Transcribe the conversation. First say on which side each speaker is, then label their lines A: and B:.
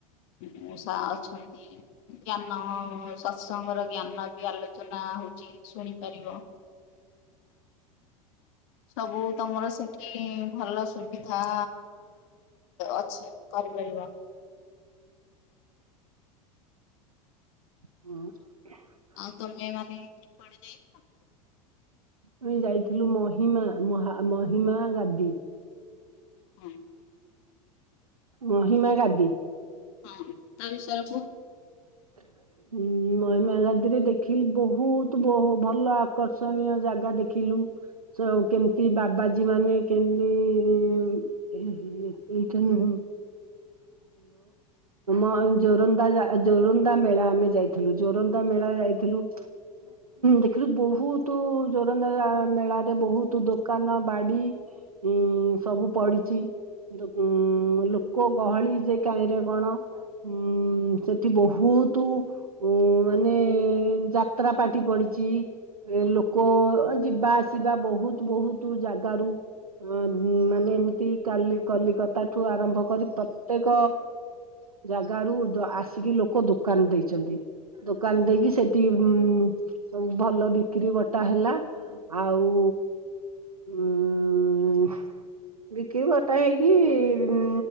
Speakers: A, on the left; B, on the right.
A: <unintelligible> ଷା ଆଛନ୍ତି ଜ୍ଞାନ ସତ୍ସଙ୍ଗର ଜ୍ଞାନ ବି ଆଲୋଚନା ହଉଛି ଶୁଣିପାରିବ। ସବୁ ତମର ସେଠି ଭଲ ସୁବିଧା ଅଛି। କରିପାରିବ।
B: ଉଁ।
A: ଆଉ ତମେ ମାନେ କୁଆଡେ ଯାଇଛି।
B: ଆମେ ଯାଇଥିଲୁ ମହିମା ମହା ମହିମା ଗାଦି।
A: ହୁଁ।
B: ମହିମା ଗାଦି।
A: ହଁ ତା ବିଷୟରେ କୁହ।
B: <inaudible> ହୁଁ ମହିମା ଗାଦିରେ ଦେଖିଲୁ ବହୁତ ବହୁ ଭଲ ଆକର୍ଷଣୀୟ ଜାଗା ଦେଖିଲୁ। ସବୁ କେମିତି ବାବାଜୀ ମାନେ କେମିତି। <unintelligible> ଆଉ ଜୋରନ୍ଦା ମେଳା ଆମେ ଯାଇଥିଲୁ ଜୋରନ୍ଦା ମେଳା ଯାଇଥିଲୁ। ଦେଖିଲୁ ବହୁତ ଜୋରନ୍ଦା ମେଳାରେ ବହୁତ ଦୋକାନ ବାଡି। ଉଁ ସବୁ ପଢିଚି। ଉଁ ଲୋକ ଗହଳି ଯେ କାହିଁରେ କଣ। ହୁଁ ସେଠି ବହୁତୁ। ଉଁ ମାନେ ଯାତ୍ରା ପାଟି ପଡିଛି। ଏ ଲୋକ ଯିବା ଆସିବା ବହୁତ ବହୁତ ଜାଗାରୁ। ହଁ ମାନେ ଏମିତି କାଲି କଲିକତା ଠୁ ଆରମ୍ଭ କରି ପ୍ରତ୍ୟେକ। ଜାଗରୁ ଦୋ ଆସିକି ଲୋକ ଦୋକାନ ଦେଇଛନ୍ତି। ଦୋକାନ ଦେଇକି ସେଠି ଉଁ ସବୁ ଭଲ ବିକ୍ରି ବଟା ହେଲା। ଆଉ ଉଁ ବିକିବଟା ହେଇକି ଉଁ